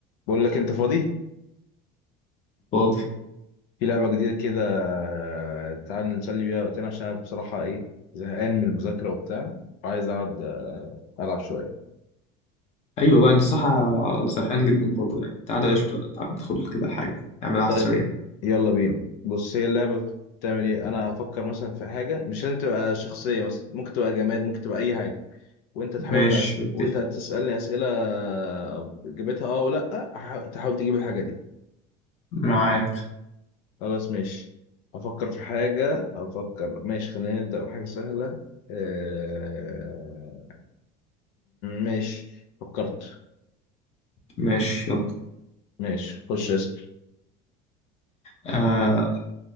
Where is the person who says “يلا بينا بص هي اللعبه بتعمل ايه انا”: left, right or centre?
Left